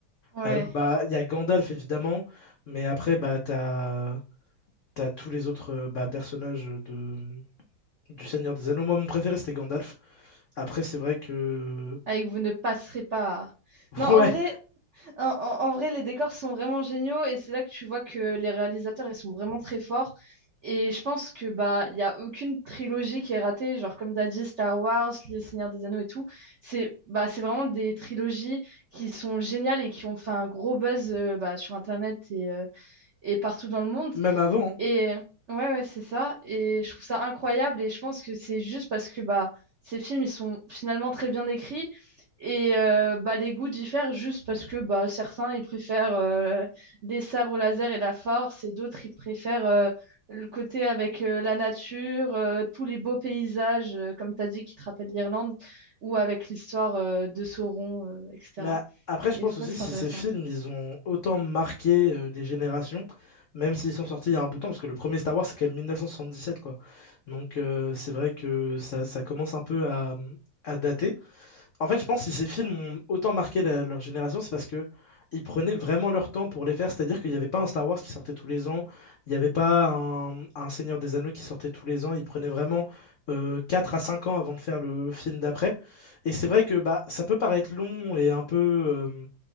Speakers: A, on the right (about 65°); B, on the left (about 80°).
A: ouais,
B: à eux. Bah, il y a Gandalf évidemment, mais après, bah, t'as t'as tous les autres euh, bah, personnages de du Seigneur des Anneaux. Moi, mon préféré, c'était Gandalf. Après, c'est vrai que
A: avec vous ne passerez pas.
B: <laughs>
A: Non en
B: ouais,
A: vrai, en, en- en vrai les décors sont vraiment géniaux et c'est là que tu vois que les réalisateurs ils sont vraiment très forts et je pense que bah il y a aucune trilogie qui est ratée genre comme t'as dit Star Wars, le Seigneur des Anneaux et tout. C'est bah c'est vraiment des trilogies qui sont géniales et qui ont fait un gros buzz euh, bah, sur Internet et euh, et partout dans le monde.
B: même avant. hein.
A: Et ouais, ouais, c'est ça. Et je trouve ça incroyable. Et je pense que c'est juste parce que bah, ces films, ils sont finalement très bien écrits. Et euh, bah, les goûts diffèrent juste parce que bah, certains, ils préfèrent euh, les sabres laser et la force. Et d'autres, ils préfèrent euh, le côté avec euh, la nature, euh, tous les beaux paysages, euh, comme tu as dit, qui te rappellent l'Irlande, ou avec l'histoire euh, de Sauron, euh, etc.
B: Mais a- après, je
A: Et
B: pense
A: je crois
B: aussi
A: que c'est
B: si
A: intéressant.
B: ces films, ils ont autant marqué euh, les générations, même s'ils sont sortis il y a un bout de temps, parce que le premier Star Wars, c'est quand même 1977, quoi. Donc euh, c'est vrai que ça, ça commence un peu à, à dater. En fait, je pense que si ces films ont autant marqué la- leur génération, c'est parce que ils prenaient vraiment leur temps pour les faire. C'est-à-dire qu'il n'y avait pas un Star Wars qui sortait tous les ans, il n'y avait pas un, un Seigneur des Anneaux qui sortait tous les ans. Ils prenaient vraiment euh, 4 à 5 ans avant de faire le film d'après. Et c'est vrai que bah, ça peut paraître long et un peu euh,